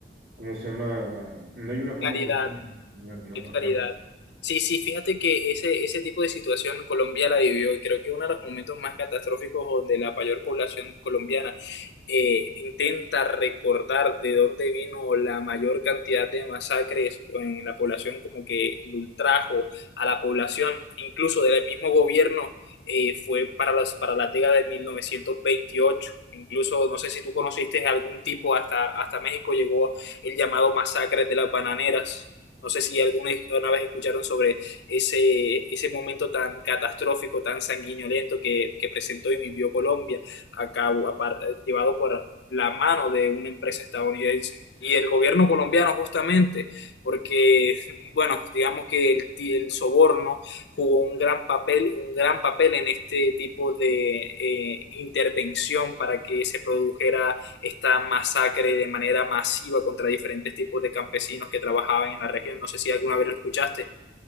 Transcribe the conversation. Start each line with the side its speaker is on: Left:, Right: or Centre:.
Right: ¿cómo se llama? No hay una forma
Left: Claridad.
Right: que se pueda continuar, ¿no?
Left: Qué claridad.
Right: Ajá.
Left: Sí, sí, fíjate que ese, ese tipo de situación Colombia la vivió y creo que uno de los momentos más catastróficos donde la mayor población colombiana eh, intenta recordar de dónde vino la mayor cantidad de masacres en la población, como que el ultrajo a la población, incluso del mismo gobierno, eh, fue para las, para la década de mil novecientos veintiocho Incluso, no sé si tú conociste algún tipo, hasta, hasta México llegó el llamado masacre de las bananeras. No sé si alguna una vez escucharon sobre ese, ese momento tan catastrófico, tan sanguinolento que, que presentó y vivió Colombia, a cabo, a par- llevado por la mano de una empresa estadounidense. Y el gobierno colombiano justamente, porque, <laughs> bueno, digamos que el, ti- el soborno jugó un gran papel, un gran papel en este tipo de eh, intervención para que se produjera esta masacre de manera masiva contra diferentes tipos de campesinos que trabajaban en la región. No sé si alguna vez lo escuchaste.